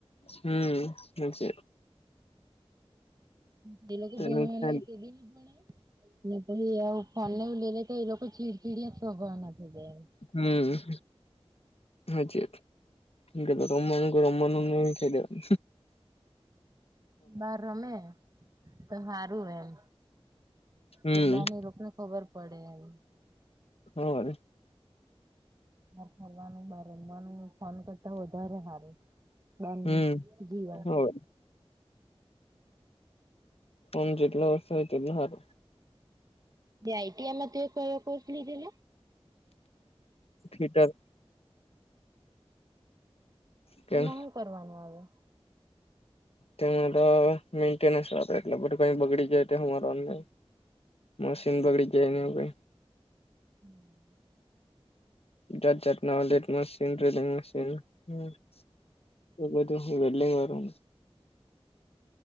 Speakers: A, on the left; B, on the right.
A: હમ હ છે.
B: જે લોકો ભણવાનું
A: નુકસાન
B: તે ભી ન ભણે ને પણી આ ફને ઉ લલે કે એ લોકો ચીડચીડી સોભવા થય જાય.
A: હમ હાજી વાત રમણ રમણ ન ખાઈવાનું
B: બાર રમે તો સારું એમ
A: હમ
B: તે બ ને રોકને ખબર પડે હ
A: હો
B: ફરવાનું બર રમવાનું ફોન કરતા વધારે સારું. હ
A: હમ
B: જી વાત
A: હવારે હ જેટલો વર્ષો હોય તેટલો સારું.
B: જે આઈમાં કો કોર્સ લધેલા?
A: થિટર કેમ
B: હ એમાં શું કરવાનું આવે?
A: તે મારા મેન્ટેનસ એટલે કઈ બગડી જાય તોર નહી મશીન બગડી જા એ ન ભઈ
B: હમ
A: જાત-જાતના <unintelligible> મશીન <unintelligible> મશીન, હમ્મ. તો બધું <unintelligible> વાળું